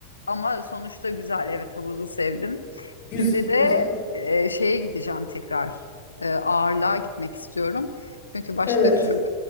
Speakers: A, on the left (about 80°); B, on the left (about 45°).
A: Ama sonuçta güzel. Evet havuzu sevdim.
B: Güz
A: Şimdi de
B: güzel.
A: e, şeye gideceğim tekrar. E, ağırlığa gitmek istiyorum. Çünkü başka
B: Evet.
A: türlü